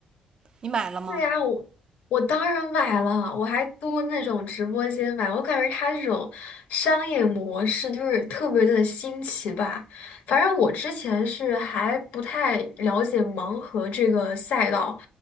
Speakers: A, on the right; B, on the left.
A: 你买了吗？
B: 对呀，我我当然买了，我还多那种直播间买，我感觉他这种商业模式就是特别的新奇吧。反正我之前是还不太了解盲盒这个赛道，